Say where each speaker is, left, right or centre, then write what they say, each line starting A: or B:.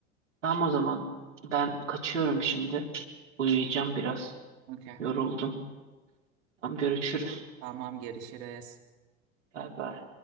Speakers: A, on the right (about 80°); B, on the right (about 60°).
A: Tamam o zaman ben kaçıyorum şimdi. Uyuyacağım biraz.
B: Okey.
A: Yoruldum. Tamam görüşürüz.
B: Tamam, görüşürüz.
A: Bay bay.